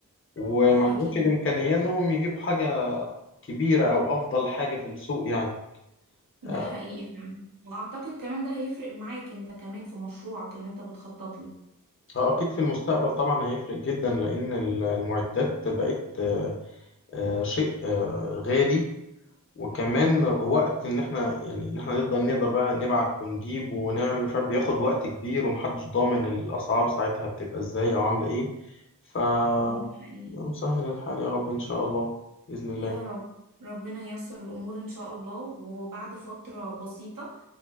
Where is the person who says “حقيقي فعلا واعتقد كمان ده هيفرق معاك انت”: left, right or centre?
Right